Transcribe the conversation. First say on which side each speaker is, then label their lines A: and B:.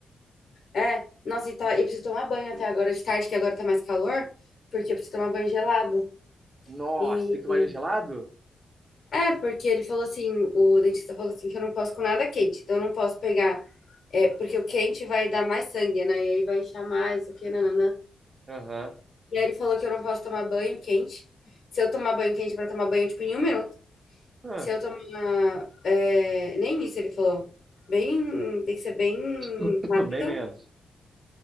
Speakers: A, on the left; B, on the right.
A: É, nossa, e, tá, e preciso tomar banho até agora de tarde, que agora tá mais calor, porque eu preciso tomar banho gelado.
B: Nossa,
A: E
B: tem que tomar ele gelado?
A: é, porque ele falou assim, o dentista falou assim que eu não posso com nada quente, então eu não posso pegar, é, porque o quente vai dar mais sangue, né? E aí vai inchar mais, isso aqui, nananã.
B: Aham.
A: E aí ele falou que eu não posso tomar banho quente. Se eu tomar banho quente pra tomar banho, tipo, em um minuto.
B: Ah,
A: Se eu tomar. é, nem isso ele falou. Bem. Tem que ser bem
B: <coughs>
A: rápido.
B: <clears throat> bem menos.